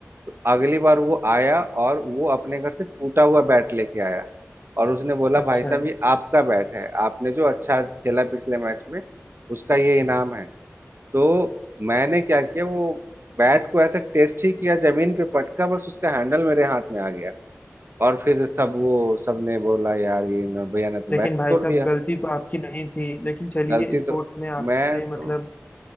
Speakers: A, on the right (about 50°); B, on the left (about 30°).
A: तो अगली बार वो आया और वो अपने घर से टूटा हुआ बैट लेके आया और उसने बोला
B: अच्छा
A: भाई साहब ये आपका बैट है आपने जो अच्छा आज खेला पिछले मैच में उसका ये इनाम है तो मैंने क्या किया वो बैट को ऐसा टेस्ट ही किया जमीन पे पटका बस उसका हैंडल मेरे हाथ में आ गया और फिर सब वो सबने बोला यार ये न- भैया ने तो
B: लेकिन
A: बैट
B: भाई
A: तोड़
B: साहब
A: दिया
B: गलती तो आपकी नहीं थी लेकिन चलिए
A: गलती
B: स्पोर्ट्स
A: तो
B: में आपने
A: मैं तो
B: मतलब